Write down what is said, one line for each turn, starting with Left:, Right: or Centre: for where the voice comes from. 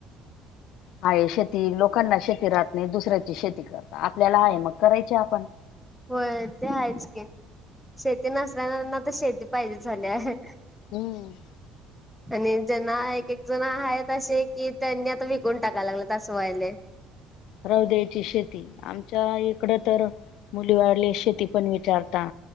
Left: हाये शेती लोकांना शेती राहत नाही दुसऱ्याची शेती करता आपल्याला आहे म करायची आपण.
Centre: होय ते आहेच की शेती नसनाऱ्यांना त शेती पाहिजे झालेय.
Left: हम्म
Centre: आणि ज्यांना एक एक जण आहेत असे की त्यांनी आता विकून टाकायला लागलेत अस व्हायले.
Left: राहू दयायची शेती आमच्या इकडं तर मुली वाले शेती पण विचारता